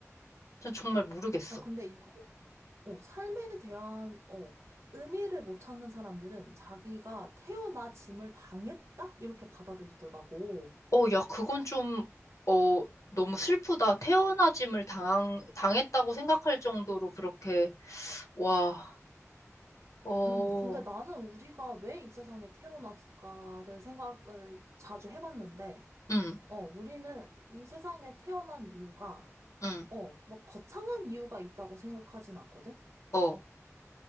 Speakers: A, on the left; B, on the right.
A: 전 정말 모르겠어.
B: 야, 근데 이거, 어, 삶에 대한, 어, 의미를 못 찾는 사람들은 자기가 태어나 짐을 당했다? 이렇게 받아들이더라고.
A: 어, 야, 그건 좀, 어, 너무 슬프다. 태어나짐을 당한, 당했다고 생각할 정도로 그렇게, 와. 어,
B: 음, 근데 나는 우리가 왜 이 세상에 태어났을까를 생각을 자주 해봤는데,
A: 응,
B: 어, 우리는 이 세상에 태어난 이유가,
A: 응,
B: 어, 뭐 거창한 이유가 있다고 생각하진 않거든?
A: 어.